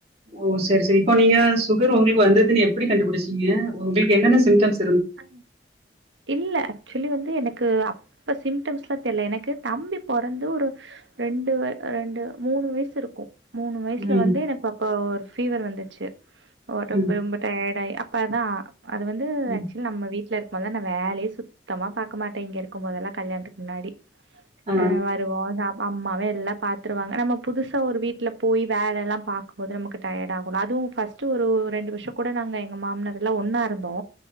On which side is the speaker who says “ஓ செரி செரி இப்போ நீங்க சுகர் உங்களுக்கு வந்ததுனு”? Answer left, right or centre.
Right